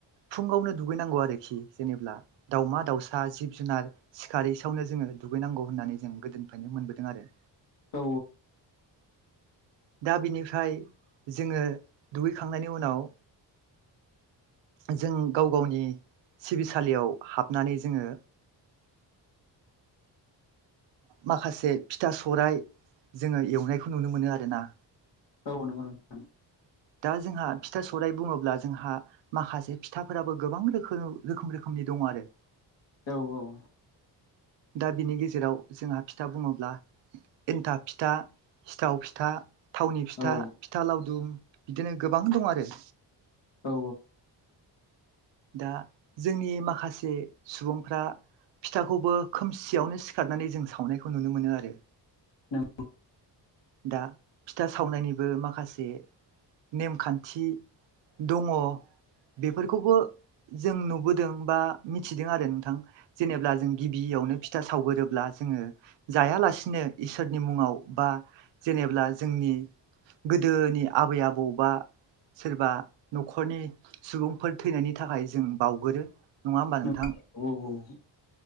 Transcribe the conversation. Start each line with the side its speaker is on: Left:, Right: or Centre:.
Right: फुङावनो दुगैनांगौ आरोखि जेनेब्ला दाउमा दाउसा जिब जुनार सिखारारि सावनो जोङो दुगैनांगौ होननानै जों गोदोनिफ्रायनो मोनबोदों आरो
Left: औ
Right: दा बिनिफ्राय जोङो दुगैखांनायनि उनाव जों गाव गावनि सिबिसालियाव हाबनानै जोङो माखासे फिथा सौराय जोङो एवनायखौ नुनो मोनो आरो ना
Left: औ नंगौ नों
Right: दा जोंहा फिथा सौराइ बुङोब्ला जोंहा माखासे फिथाफोराबो गोबां रोखोम रोखोम रोखोमनि दङ आरो
Left: औ औ
Right: दा बिनि गेजेराव जोंहा फिथा बुङोब्ला एन्थाब फिथा सिथाव फिथा थावनि फिथा
Left: औ
Right: फिथा लावदुम बिदिनो गोबां दं आरो
Left: औ
Right: दा जोंनि माखासे सुबुंफ्रा फिथाखौबो खोमसियावनो सिखारनानै जों सावनायखौ नुनो मोनो आरो
Left: नों
Right: दा फिथा सावनायनिबो माखासे नेमखान्थि दङ बेफोरखौबो जों नुबोदों बा मिथिदों आरो नोंथां जेनेब्ला जों गिबियावनो फिथा सावगोरोब्ला जोङो जायालासिनो इसोरनि मुङाव बा जेनेब्ला जोंनि गोदोनि आबै आबौ बा सोरबा न'खरनि सुबुंफोर थैनायनि नि थाखाय जों बावगोरो नङा होमबा
Left: औ
Right: नोंथां
Left: औ औ